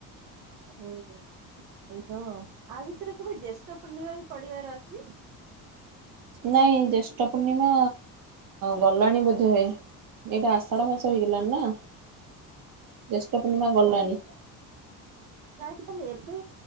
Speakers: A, on the right; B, on the right.
A: ହ ଏସବୁ ଆଉ, ଭିତରେ କେବେ ଜ୍ୟେଷ୍ଠ ପୂର୍ଣ୍ଣମା ବି ପଡିବାର ଅଛି।
B: ନାଇଁ ଜେଷ୍ଠ ପୂର୍ଣ୍ଣିମା ଗଲାଣି ବୋଧେ ଏଟା ଆଷାଢ ମାସ ହେଇଗଲାଣି ନା। ଜ୍ୟେଷ୍ଠ ପୂର୍ଣ୍ଣିମା ଗଲାଣି।
A: ତା କଇଲି ଏବେ